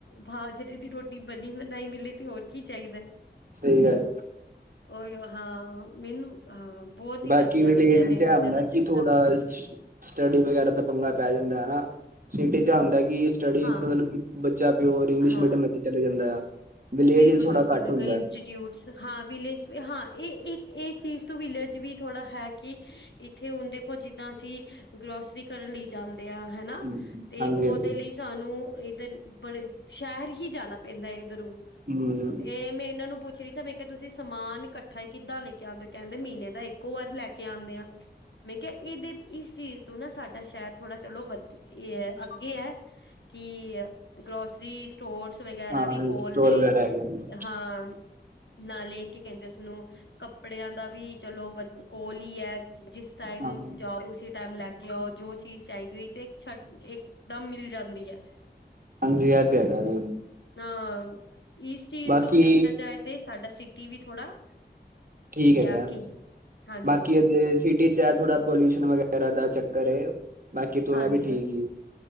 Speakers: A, on the left; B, on the right.
A: ਬਾਜਰੇ ਦੀ ਰੋਟੀ ਬਣੀ ਬਣਾਈ ਮਿਲੇ ਤੇ ਹੋਰ ਕੀ ਚਾਹੀਦਾਂ।
B: ਸਹੀ ਗੱਲ
A: ਉਹੀ ਹਾਂ, ਮੈਨੂੰ ਹਾਂ, ਬਹੁਤ ਹੀ
B: ਬਾਕੀ
A: ਵਧੀਆ
B: ਵਿਲੇਜ
A: ਲੱਗਿਆ ਮੈਨੂੰ
B: ਚ ਇਹ
A: ਇੱਧਰ
B: ਹੁੰਦਾ
A: ਦਾ
B: ਕਿ
A: ਸਿਸਟਮ
B: ਥੋੜਾ ਸਟੱਡੀ ਵਗੈਰਾ ਦਾ ਪੰਗਾ ਪੈ ਜਾਂਦਾ ਹਨਾ। ਸਿਟੀ ਚ ਅ ਹੁੰਦਾ ਕਿ ਸਟੱਡੀ
A: ਹਾਂ
B: ਮਤਲਬ ਬੱਚਾ ਪਿਓਰ ਇੰਗਲਿਸ਼
A: ਹਾਂ
B: ਮੀਡੀਅਮ ਵਿੱਚ ਚਲਾ ਜਾਂਦਾ ਆ। ਵਿਲੇਜ
A: ਬਿਲਕੁਲ,
B: ਚ ਥੋੜਾ
A: ਬਿਲਕੁਲ,
B: ਘੱਟ
A: ਬਿਲਕੁਲ
B: ਹੁੰਦਾ
A: ਇੰਸਟੀਟਿਊਟ ਹਾਂ, ਵਿਲੇਜ ਵੀ ਹਾਂ ਇਹ, ਇਹ ਚੀਜ਼ ਤ ਵਿਲੇਜ ਵੀ ਥੋੜਾ ਹੈ ਕਿ ਇੱਥੇ ਹੁਣ ਦੇਖੋ, ਜਿੱਦਾਂ ਅਸੀ ਗਰੋਸਰੀ ਕਰਨ ਲਈ ਜਾਂਦੇ ਆ ਹਨਾ
B: ਹਮ,
A: ਤੇ
B: ਹਾਂਜੀ
A: ਉਹਦੇ
B: ਹਾਂਜੀ
A: ਲਈ ਸਾਨੂੰ ਇੱਧਰ, ਬੜੇ ਸ਼ਹਿਰ ਹੀ ਜਾਣਾ ਪੈਂਦਾ ਇੱਧਰੋਂ।
B: ਹਮ
A: ਇਹ ਮੇਂ ਇਹਨਾਂ ਨੂੰ ਪੁੱਛ ਰਹੀ ਸੀ, ਬਈ ਕਿ ਤੁਸੀਂ ਸਮਾਨ, ਇਕੱਠਾ ਕਿੱਦਾਂ ਲੇਕੇ ਆਂਦੇ ਹੋ? ਕਹਿੰਦੇ ਮਹੀਨੇ ਦਾ ਇੱਕੋ ਵਾਰੀ ਲੈਕੇ ਆਂਦੇ ਆ। ਮੈਂ ਕਿਹਾ, ਇਹਦੇ ਇਸ ਚੀਜ਼ ਤੋਂ ਨਾ ਸਾਡਾ ਸ਼ਹਿਰ ਥੋੜ੍ਹਾ ਚਲੋ ਵੱਧ ਇਹ ਅੱਗੇ ਹੈ। ਕਿ, ਗਰੋਸਰੀ, ਸਟੋਰਸ ਵਗੈਰਾ
B: ਹਾਂ
A: ਵੀ ਕੋਲ
B: ਸਟੋਰ
A: ਨੇ
B: ਵਗੈਰਾ ਹੈਗੇ ਨੇ
A: ਹਾਂ। ਨਾਲੇ ਕੀ ਕਹਿੰਦੇ ਉਸਨੂੰ, ਕੱਪੜਿਆਂ ਦਾ ਵੀ ਚਲੋ ਵ, ਕੋਲ ਈ ਐ। ਜਿਸ ਟਾਈਮ
B: ਹਾਂ
A: ਜਾਓ, ਉਸੀ ਟਾਈਮ ਲੈਕੇ ਆਓ, ਜੋ ਚੀਜ਼ ਚਾਹੀਦੀ ਹੋਈ ਤੇ ਛੱਡ, ਇੱਕਦਮ ਮਿਲ ਜਾਂਦੀ ਐ।
B: ਹਾਂਜੀ। ਐ, ਤੇ ਹੈਗਾ ਦੇ।
A: ਅਂ। ਇਸ ਚੀਜ਼
B: ਬਾਕੀ
A: ਤੋਂ ਦੇਖਿਆ ਜਾਏ ਤੇ ਸਾਡਾ ਸਿਟੀ ਵੀ ਥੋੜਾ
B: ਠੀਕ ਹੈਗਾ।
A: ਹੈ ਅੱਗੇ ਹੈ। ਹਾਂਜੀ
B: ਬਾਕੀ
A: ਹਾਂਜੀ ਹਾਂਜੀ
B: ਅਜੇ
A: ਹਾਂਜੀ
B: ਸਿਟੀ'ਚ ਐ ਥੋੜਾ, ਪੋਲਿਊਸ਼ਨ ਵਗੈਰਾ ਦਾ ਚੱਕਰ ਏ। ਬਾਕੀ ਤੂੰ
A: ਹਾਂਜੀ-ਹਾਂਜੀ।
B: ਇਹ ਵੀ ਠੀਕ ਹੀ